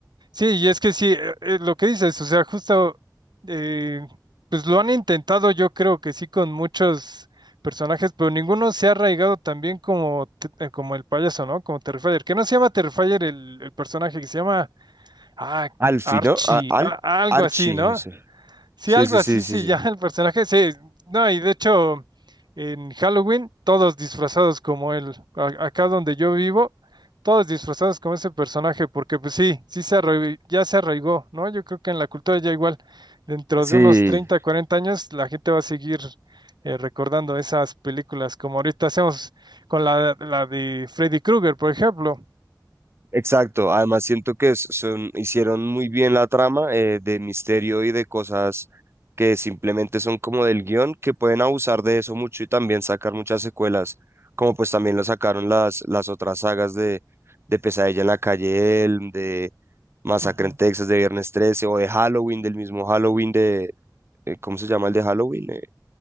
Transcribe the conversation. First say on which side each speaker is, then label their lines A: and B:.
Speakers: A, on the right; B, on the right.
A: Sí, y es que sí, eh, eh, lo que dices, o sea, justo, eh, pues lo han intentado yo creo que sí con muchos personajes, pero ninguno se ha arraigado tan bien como, te- eh, como el payaso, ¿no? Como Terrifier, que no se llama Terrifier el, el personaje, que se llama, ah,
B: Alfie,
A: Archie,
B: ¿no? A- Al
A: a- algo
B: Archie,
A: así, ¿no?
B: ese.
A: Sí,
B: Sí,
A: algo
B: sí,
A: así
B: sí, sí,
A: se
B: sí.
A: llama el personaje. Sí, no, y de hecho, en Halloween, todos disfrazados como él. A- acá donde yo vivo, todos disfrazados como ese personaje, porque pues sí, sí se arraig- ya se arraigó, ¿no? Yo creo que en la cultura ya igual, dentro
B: Sí,
A: de unos 30, 40 años, la gente va a seguir eh, recordando esas películas, como ahorita hacemos con la, la de Freddy Krueger, por ejemplo.
B: Exacto, además siento que s- son, hicieron muy bien la trama eh, de misterio y de cosas que simplemente son como del guión, que pueden abusar de eso mucho y también sacar muchas secuelas, como pues también lo sacaron las, las otras sagas de, de Pesadilla en la calle Elm, de Masacre
A: Ujú.
B: en Texas, de Viernes 13 o de Halloween, del mismo Halloween de, eh, ¿cómo se llama el de Halloween? Eh,